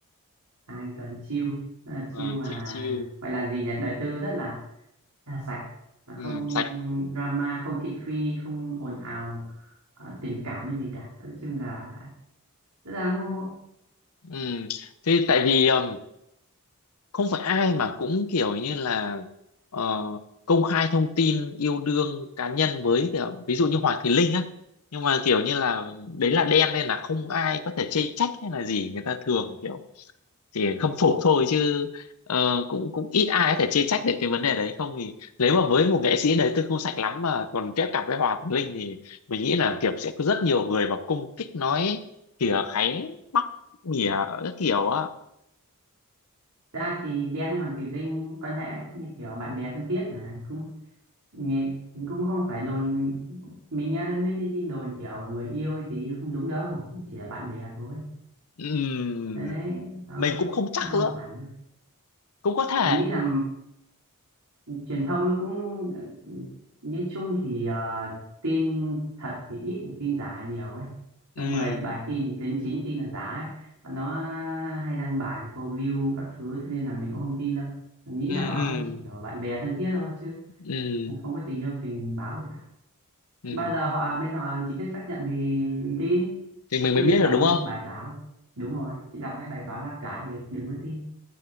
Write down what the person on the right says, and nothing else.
anh cần chill Rất là chill
à
gọi là gì nhỉ đời tư rất là, là sạch là
không
drama không thị phi không ồn ào à, tình cảm hay gì cả nói chung là Thực ra ngưỡng mộ
Thật ra thì Đen hay Hoàng Thùy Linh quan hệ cũng như kiểu bạn bè thân thiết mà cũng nghe- cũng không phải đồn mình nghe thấy mấy cái, cái đồn kiểu người yêu thì không đúng đâu chỉ là bạn bè thôi
đấy đó
nó không
hẳn
mình nghĩ là truyền thông nó cũng ờ, nói chung thì à, tin thật thì ít tin giả nhiều ấy trong
10 bài tin thì đến 9 tin là giả ấy Và nó hay đăng bài câu view các thứ thế nên là mình cũng không tin đâu mình nghĩ
là họ
vẫn chỉ kiểu bạn bè thân thiết thôi chứ
không có tình yêu tình báo gì cả
bao giờ họ bên họ chính thức xác nhận thì mình tin
chứ
đọc
mấy
bài báo đúng rồi chứ đọc mấy bài báo lá cải thì đừng có tin